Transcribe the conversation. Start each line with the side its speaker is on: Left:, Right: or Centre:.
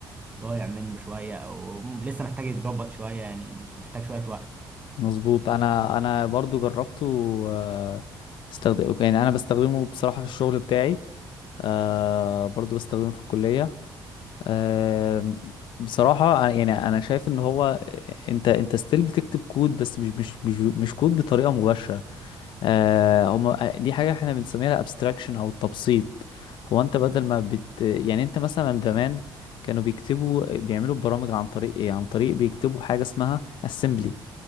Right: ضايع منه شوية او م- لسه محتاج يتظبط شوية يعني محتاج شوية وقت
Left: مظبوط انا انا برضو جربته آه، استخدم يعني انا بستخدمه بصراحة في الشغل بتاعي آه، برضو بستخدمه في الكلية آه، بصراحة يعني انا شايف ان هو آه، انت انت ستيل بتكتب كود بس مش مش مش مش كود بطريقة مباشرة آه، هما دي حاجة احنا بنسميها الابستراكشن او التبسيط هو انت بدل ما بت يعني انت مثلا زمان كانوا بيكتبوا بيعملوا برامج عن طريق ايه عن طريق بيكتبوا حاجة اسمها assembly